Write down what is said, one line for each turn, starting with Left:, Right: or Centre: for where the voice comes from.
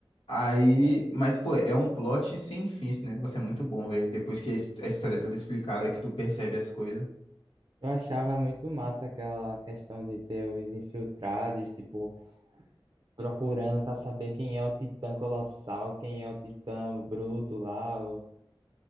Left: Aí,
Right: Eu
Left: mas pô, é um plot sem fim, esse negócio é muito bom, velho. Depois que a his- a história é toda explicada, é que tu percebe as coisas.
Right: eu achava muito massa aquela questão de ter os infiltrados, tipo, procurando pra saber quem é o Titã Colossal, quem é o Titã Bruto lá,